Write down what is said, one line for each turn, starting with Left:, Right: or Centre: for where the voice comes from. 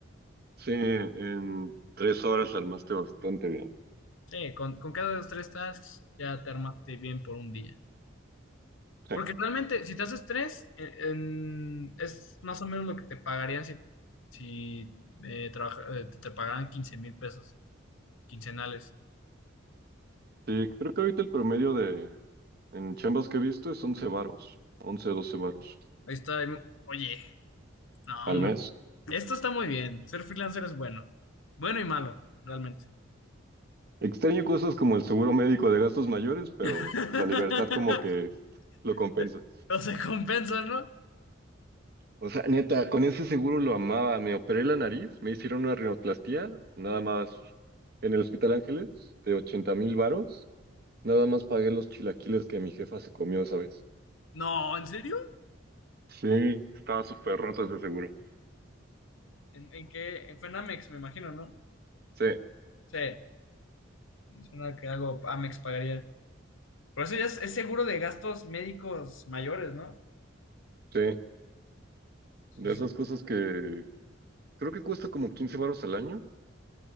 Right: Sí, en tres horas la armaste bastante bien.
Left: Sí, con, con cada de los tres tasks ya te armaste bien por un día.
Right: Sí.
Left: Porque realmente, si te haces tres, en- en- es más o menos lo que te pagarían si, si eh, trabaja- eh, te, te pagaran 15 mil pesos quincenales.
Right: Sí, creo que ahorita el promedio de en chambas que he visto es 11 varos, 11 12 varos
Left: Ahí está. Oye, no,
Right: al
Left: hombre.
Right: mes.
Left: Esto está muy bien. Ser freelancer es bueno. Bueno y malo, realmente.
Right: Extraño cosas como el seguro médico de gastos mayores, pero
Left: <laughs>
Right: la libertad como que lo compensa.
Left: <laughs> No se compensan, ¿no?
Right: O sea, neta, con ese seguro lo amaba. Me operé la nariz, me hicieron una rinoplastía, nada más en el Hospital Ángeles, de ochenta mil varos. Nada más pagué los chilaquiles que mi jefa se comió esa vez.
Left: No, ¿en serio?
Right: Sí, estaba súper roto ese seguro.
Left: ¿En, en qué? En- Fue en Amex, me imagino, ¿no?
Right: Sí,
Left: Sí, es una que algo Amex pagaría. Por eso ya es, es seguro de gastos médicos mayores, ¿no?
Right: sí.
Left: Sí,
Right: De
Left: sí.
Right: esas
Left: sí.
Right: cosas que creo que cuesta como 15 varos al año.